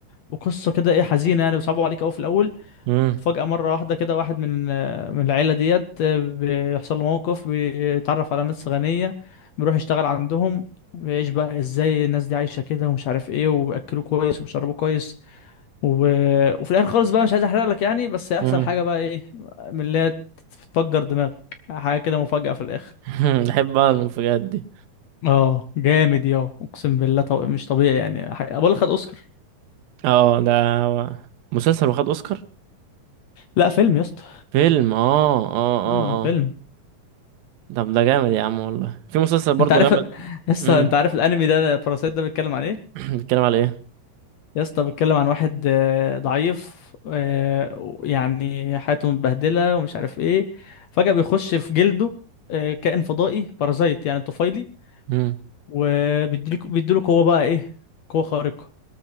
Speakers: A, on the left; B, on the right.
A: وقصة كده ايه حزينة يعني بيصعبوا عليك قوي في الاول
B: امم
A: فجأة مرة واحدة كده واحد من من العيلة ديت آه، بيحصل له موقف بيتعرف على ناس غنية بيروح يشتغل عندهم بيعيش بقى ازاي الناس دي عايشة كده ومش عارف ايه وبيأكلوه كويس وبيشربوه كويس و... وفي الآخر خالص بقى مش عايز احرق لك يعني بس هيحصل
B: امم
A: حاجة بقى ايه من اللي هي تفجر دماغك حاجة كده مفاجأة في الآخر
B: <laughs> بحب بقى المفاجآت دي
A: اه جامد يا اقسم بالله طو... مش طبيعي يعني حاجة بقول لك خد اوسكار
B: اه ده هو مسلسل واخد اوسكار
A: لا فيلم يا اسطى
B: فيلم اه اه اه
A: اه فيلم
B: اه طب ده جامد يا عم والله في مسلسل برضه
A: انت عارف
B: جامد
A: <laughs> لسه
B: امم
A: انت عارف الانمي ده باراسايت ده بيتكلم عن ايه
B: <clears throat> بيتكلم على ايه
A: يا اسطى بتكلم عن واحد آه، ضعيف آه، و- يعني حياته متبهدلة ومش عارف ايه فجأة بيخش في جلده آه، كائن فضائي بارازايت يعني طفيلي
B: امم
A: وبيديله بيديله قوة بقى ايه قوة خارقة